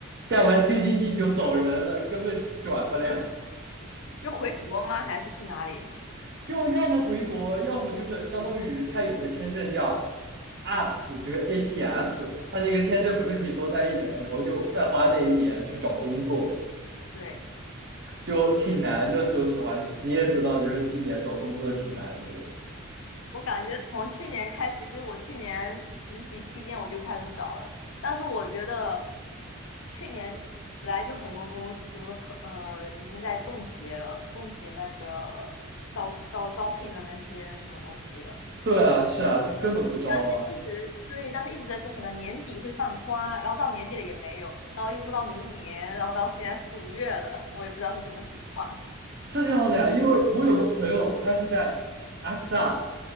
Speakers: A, on the right (about 50°); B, on the left (about 65°).
A: 干完 CDD 就走人了，根本转不了，
B: 就回国吗？还是去哪里？
A: <laughs> 就要么回国，要么就是相当于他有个签证叫 APS，就是 APS，他那个签证不是可以多待一年，然后就再花那一年去找工作嘛，
B: 对。
A: 就挺难的。说实话，你也知道，就是今年找工作挺难的吧。
B: 我感觉从去年开始，其实我去年实习期间我就开始找了，但是我觉得去年本来就很多公司和呃已经在冻结了，冻结那个招招招聘的那些什么东西了，
A: 对啊，是啊，这根本不招啊，
B: 但是一直对，但是一直在说可能年底会放宽，然后到年底了也没有，然后又说到明年，然后到现在四五月了，<laughs> 我也不知道是什么情况。
A: 是这样的呀。因为我有个朋友，他是在 x r